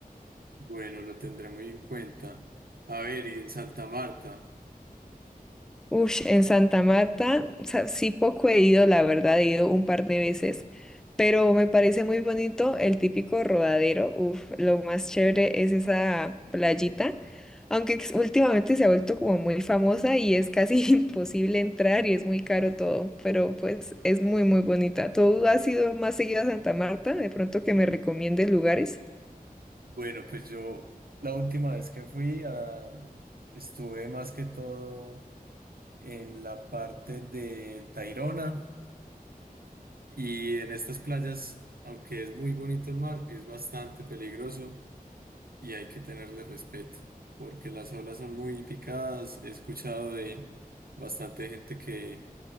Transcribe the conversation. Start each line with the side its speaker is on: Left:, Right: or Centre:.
Right: Bueno, lo tendré muy en cuenta. A ver, y en Santa Marta.
Centre: Ush, en Santa Marta, o sea, sí poco he ido, la verdad, he ido un par de veces, pero me parece muy bonito el típico rodadero. Uf, lo más chévere es esa playita, aunque ex- últimamente se ha vuelto como muy famosa y es casi <laughs> imposible entrar y es muy caro todo, pero pues es muy, muy bonita. ¿Tú has ido más seguido a Santa Marta? De pronto que me recomiendes lugares.
Right: Bueno, pues yo la última vez que fui ah, estuve más que todo en la parte del Tayrona Y en estas playas, aunque es muy bonito el mar, es bastante peligroso y hay que tenerle respeto, porque las olas son muy picadas. He escuchado de bastante gente que,